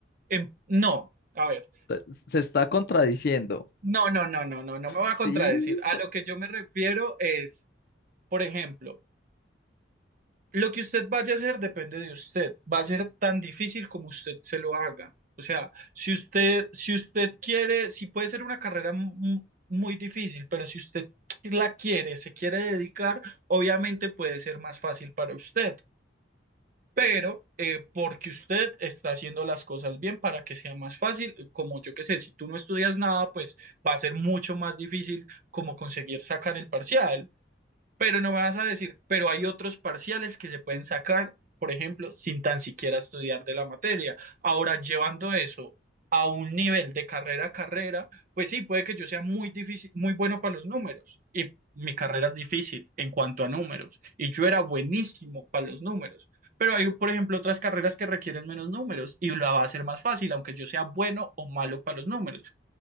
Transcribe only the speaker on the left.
Eh, Se está contradiciendo.
Sí.